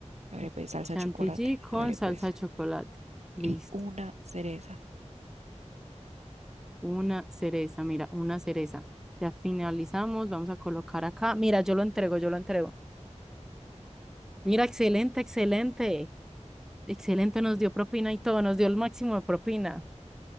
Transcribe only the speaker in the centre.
Chantilly
con
salsa
de chocolate. Listo.
Una cereza, mira, una cereza. Ya finalizamos, vamos a colocar acá. Mira, yo lo entrego, yo lo entrego. Mira, excelente, excelente. Excelente, nos dio propina y todo, nos dio el máximo de propina.